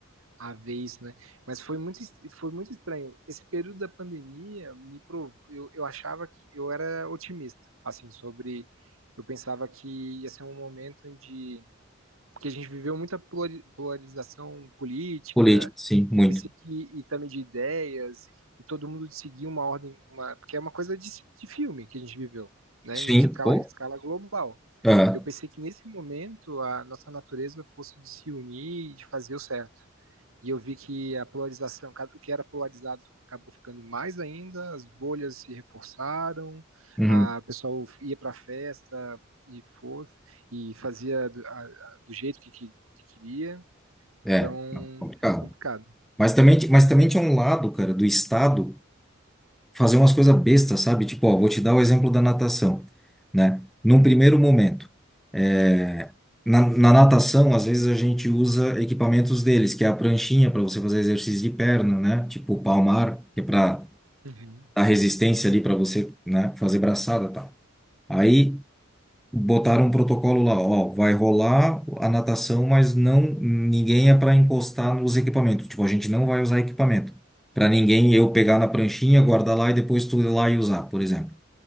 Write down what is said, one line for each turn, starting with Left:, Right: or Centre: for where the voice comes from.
Right: a ver isso, né? Mas foi muito, foi muito estranho. Esse período da pandemia me provou. Eu, eu achava que eu era otimista, assim, sobre. Eu pensava que ia ser um momento em de. Porque a gente viveu muita polari- polarização política,
Centre: Política, sim, muito.
Right: e eu pensei que. e também de ideias, e todo mundo de seguir uma ordem. Uma, porque é uma coisa de, de filme que a gente viveu, né?
Centre: Sim,
Right: Em escala,
Centre: pô.
Right: escala global.
Centre: É,
Right: Eu pensei que nesse momento a nossa natureza fosse de se unir e de fazer o certo e eu vi que a polarização, o que era polarizado acabou ficando mais ainda, as bolhas se reforçaram,
Centre: uhum,
Right: a o pessoal ia para a festa e for e fazia do, a, a, do jeito que, que, que, queria,
Centre: é,
Right: então
Centre: não, complicado.
Right: complicado.
Centre: Mas também, ti- mas também tinha um lado, cara, do Estado fazer umas coisas bestas, sabe? Tipo, ó, vou te dar o exemplo da natação, né? Num primeiro momento, é, na, na natação, às vezes a gente usa equipamentos deles, que é a pranchinha para você fazer exercício de perna, né? Tipo, o palmar, que é para
Right: Uhum,
Centre: dar resistência ali para você, né, fazer braçada, e tal. Aí Botaram um protocolo lá, ó, vai rolar a natação, mas não ninguém é para encostar nos equipamentos. Tipo, a gente não vai usar equipamento. Para ninguém eu pegar na pranchinha, guardar lá e depois tu ir lá e usar, por exemplo.